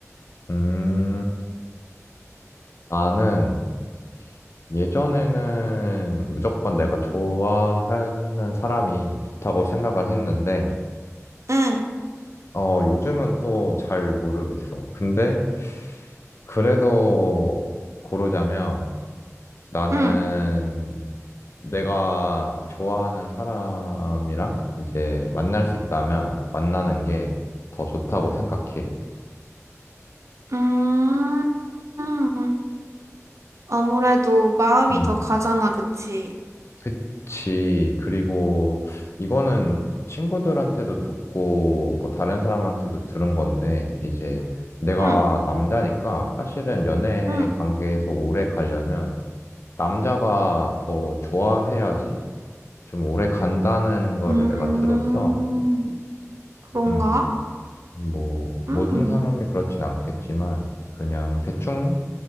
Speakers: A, on the left (about 55°); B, on the right (about 65°).
A: 음. 나는 예전에는 무조건 내가 좋아하는 사람이 좋다고 생각을 했는데,
B: 응,
A: 어, 요즘은 또 잘 모르겠어. 근데 그래도 고르자면 나는
B: 응,
A: 내가 좋아하는 사람이랑 이제 만날 수 있다면 만나는 게 더 좋다고 생각해.
B: 음. 음. 음. 아무래도 마음이
A: 음,
B: 더 가잖아, 그치?
A: 그치. 그리고 이거는 친구들한테도 듣고 뭐 다른 사람한테도 들은 건데 이제 내가
B: 응,
A: 남자니까 사실은 연애
B: 응.
A: 관계에서 오래 가려면 남자가 더 좋아해야지 좀 오래 간다는 거를
B: 음,
A: 내가 들었어.
B: 그런가?
A: 음. 뭐, 모든
B: 음,
A: 사람이 그렇진 않겠지만, 그냥 대충,